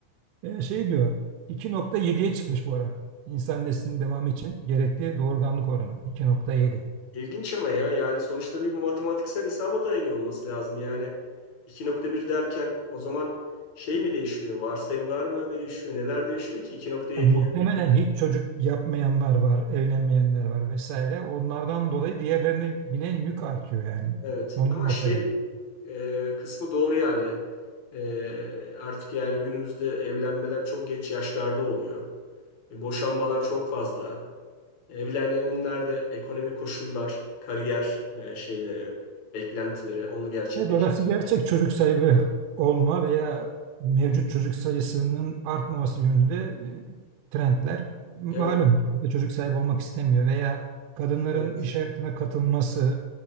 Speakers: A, on the right; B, on the left.
A: e, şey diyor 2.7'ye çıkmış bu ara. İnsan neslinin devamı için gerekli doğurganlık oranı 2.7.
B: İlginç ama ya yani sonuçta bir matematiksel hesaba dayanıyor olması lazım. Yani iki nokta bir derken o zaman şey mi değişiyor? Varsayımlar mı değişiyor? Neler değişiyor ki 2.7'ye?
A: Yani muhtemelen hiç çocuk yapmayanlar var, evlenmeyenler var vesaire. Onlardan dolayı diğerlerine binen yük artıyor yani.
B: Evet
A: Ondan
B: ama
A: olsa
B: şey
A: gerek.
B: e, kısmı doğru yani. E, artık yani günümüzde evlenmeler çok geç yaşlarda oluyor. E, boşanmalar çok fazla. Evlenenler de ekonomik koşullar, kariyer e, şeyleri, beklentileri onu gerçekleştir.
A: Evet, orası gerçek çocuk sahibi olma veya mevcut çocuk sayısının artmaması yönünde e, trendler malum.
B: Evet,
A: Kimse Çocuk sahibi olmak istemiyor veya kadınların
B: evet,
A: iş hayatına katılması,